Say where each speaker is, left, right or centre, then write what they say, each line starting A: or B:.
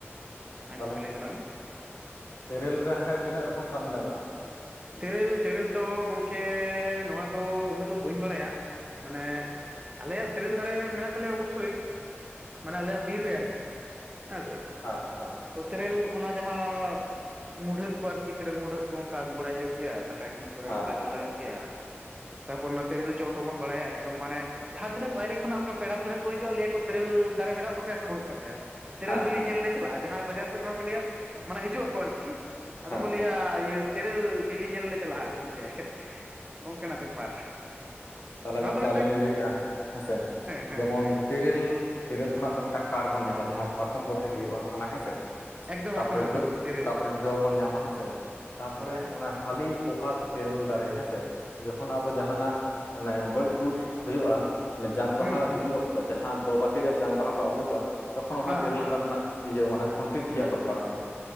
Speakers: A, on the right (about 25°); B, on the left (about 60°).
A: ᱦᱮᱸ
B: ᱛᱟᱦᱚᱞᱮ
A: ᱜᱚᱢᱠᱮ ᱞᱟᱹᱭ ᱛᱟᱞᱟᱝ ᱢᱮ
B: ᱛᱮᱨᱮᱞ ᱨᱮ ᱟᱠᱷᱟᱡ ᱛᱤᱱᱟᱹᱜ ᱨᱚᱠᱚᱢ ᱠᱟᱹᱢᱤ ᱞᱟᱜᱟᱜᱼᱟ?
A: ᱛᱮᱨᱮᱞ ᱛᱮᱨᱮᱞ ᱫᱚ ᱜᱚᱝᱠᱮ ᱱᱚᱣᱟ ᱫᱚ ᱩᱱᱟᱹᱜ ᱫᱚ ᱵᱟᱹᱧ ᱵᱟᱲᱟ ᱭᱟ ᱢᱟᱱᱮ ᱟᱞᱮ ᱭᱟᱜ ᱛᱮᱨᱮᱞ ᱫᱟᱨᱮ ᱢᱮᱱᱟᱜ ᱛᱟᱞᱮ ᱭᱟ ᱚᱵᱚᱥ ᱥᱳᱭ ᱢᱟᱱᱮ ᱟᱞᱮᱭᱟᱜ ᱵᱤᱨ ᱨᱮ ᱟᱨᱠᱤ ᱦᱮᱸ ᱥᱮ
B: ᱦᱮᱸ ᱦᱮᱸ
A: ᱛᱚ ᱛᱮᱨᱮᱞ ᱚᱱᱟ ᱡᱟᱦᱟᱸ ᱢᱩᱰᱷᱟᱹᱜ ᱠᱚ ᱟᱨᱠᱤ ᱛᱮᱨᱮᱞ ᱢᱩᱰᱷᱟᱹᱜ ᱠᱚ ᱚᱱᱠᱟ ᱟᱹᱜᱩ ᱵᱟᱲᱟᱭ ᱦᱩᱭᱩᱜ ᱜᱮᱭᱟ ᱫᱟᱠᱟ <unintelligible> ᱤᱥᱤᱱ ᱠᱚ ᱨᱮ
B: ᱦᱮᱸ
A: ᱦᱚᱸ ᱠᱟᱡᱽ ᱨᱮ ᱞᱟ ᱜᱟᱜ ᱜᱮᱭᱟ ᱛᱟᱯᱚᱨ ᱱᱚ ᱛᱮ ᱛᱮᱨᱮᱹᱞ ᱡᱚ ᱛᱚ ᱵᱚᱱ ᱵᱟᱲᱟ ᱭᱟ ᱮᱠᱫᱚᱢ ᱢᱟᱱᱮ ᱡᱟᱦᱟᱸ ᱛᱤᱱᱟᱹᱜ ᱵᱟᱭ ᱨᱮ ᱠᱷᱚ ᱱᱟᱜ ᱚᱱᱠᱟ ᱯᱮᱲᱟ ᱯᱟᱹᱲᱦᱟᱹᱜ ᱠᱚ ᱦᱤᱡᱩᱜᱼᱟ ᱞᱟᱹᱭ ᱟᱠᱚ ᱛᱮᱨᱮᱞ ᱫᱟᱨᱮ ᱢᱮᱱᱟᱜ ᱛᱟᱯᱮ ᱭᱟ ᱥᱮ ᱵᱟᱹᱱᱩᱜ ᱛᱟᱯᱮ ᱭᱟ᱾ ᱛᱮᱨᱮᱞ
B: ᱦᱮᱸ
A: ᱵᱤᱞᱤ ᱧᱮᱞ ᱞᱮ ᱪᱟᱞᱟᱜᱼᱟ ᱡᱟᱦᱟᱸᱭ ᱵᱟᱡᱟᱨ ᱥᱮᱫ ᱠᱷᱚᱱᱟᱜ ᱠᱚ ᱞᱟᱹᱭᱟ ᱢᱟᱱᱮ ᱦᱤᱡᱩᱜ ᱟᱠᱚ ᱟᱨᱠᱤ ᱟᱫᱚ
B: ᱦᱮᱸ
A: ᱠᱚ ᱞᱟᱹᱭ
B: ᱦᱮᱸ
A: ᱟ ᱤᱭᱟᱹ ᱛᱮᱨᱮᱞ ᱵᱤᱞᱤ ᱧᱮᱞ ᱞᱮ ᱪᱟᱞᱟᱜᱼᱟ ᱜᱚᱝᱠᱮ ᱚᱱᱠᱟ ᱱᱟᱜ ᱵᱮᱯᱟᱨ
B: ᱛᱟᱦᱚ ᱞᱮ
A: ᱱᱚᱣᱟ
B: ᱜᱚᱢᱠᱮ
A: ᱫᱚ ᱢᱤᱫᱴᱟᱝ
B: ᱟᱹᱞᱤᱧ ᱞᱤᱧ ᱞᱟᱹᱭ ᱮᱜᱼᱟ ᱦᱮᱸ ᱥᱮ
A: ᱦᱮᱸ
B: ᱡᱮᱢᱚᱱ
A: ᱦᱮᱸ ᱜᱚᱢᱠᱮ
B: ᱛᱮᱨᱮᱞ
A: ᱞᱟᱹᱭ ᱢᱮ
B: ᱛᱮᱨᱮᱞ ᱠᱷᱚᱱᱟᱜ ᱫᱚ ᱢᱤᱫ ᱴᱟᱝ ᱠᱟᱴ ᱵᱚᱱ ᱧᱟᱢ-ᱟ ᱡᱟᱦᱟᱸ ᱯᱟᱨᱠᱚᱢ ᱠᱚᱴᱷᱮ ᱦᱳᱭᱳᱜᱼᱟ ᱚᱱᱟ ᱦᱮᱸ ᱥᱮ
A: ᱮᱠᱫᱚᱢ
B: ᱛᱟ
A: ᱮᱠᱫᱚᱢ
B: ᱯᱚᱨᱮ
A: ᱮᱠᱫᱚᱢ
B: ᱡᱚ
A: ᱛᱮᱨᱮᱞ
B: ᱛᱟᱯᱚ ᱨᱮ ᱡᱚ ᱵᱚᱱ ᱧᱟᱢ-ᱟ ᱦᱮᱸᱥᱮ ᱛᱟᱯᱚ
A: ᱦᱮᱸ
B: ᱨᱮ
A: ᱦᱮᱸ
B: ᱚᱱᱟ ᱦᱟᱹᱞᱤ ᱯᱚᱦᱟ ᱛᱮᱨᱮᱞ ᱫᱟᱨᱮ ᱦᱮᱸᱥᱮ ᱡᱚᱠᱷᱚᱱ ᱟᱵᱚ ᱡᱟᱦᱟ ᱱᱟᱜ ᱢᱟᱱᱮ ᱜᱚᱡ ᱜᱩᱨ ᱦᱳᱭᱳᱜᱼᱟ ᱢᱟᱱᱮ ᱡᱟᱝ ᱵᱟᱦᱟ
A: ᱦᱩᱸ ᱦᱩᱸ
B: ᱤᱫᱤ ᱚᱠᱛᱚ ᱛᱚ ᱡᱟᱦᱟᱸ ᱫᱚ ᱵᱟᱹᱴᱤ ᱨᱮ ᱡᱟᱝ ᱵᱟᱦᱟ ᱠᱚ ᱟᱹᱵᱩᱠᱼᱟ ᱛᱚ ᱠᱷᱚᱱ ᱚᱱᱟ
A: ᱦᱮᱸ
B: ᱛᱮᱨᱮᱞ
A: ᱦᱮᱸ
B: ᱠᱟᱴ ᱨᱮᱱᱟᱜ ᱤᱭᱟᱹ ᱢᱟᱱᱮ ᱠᱷᱩᱱ ᱴᱤ ᱯᱮᱭᱟ ᱫᱚᱨ ᱠᱟ ᱨᱚᱜᱼᱟ᱾